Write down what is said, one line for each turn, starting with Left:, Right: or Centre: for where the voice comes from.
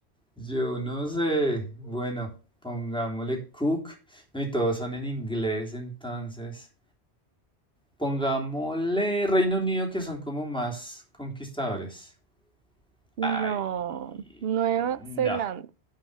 Centre: Yo no sé. Bueno, pongámosle Cook. No, y todos son en inglés, entonces. Pongámosle Reino Unido, que son como más conquistadores.
Right: No,
Centre: Ay,
Right: Nueva
Centre: no.
Right: Zelanda.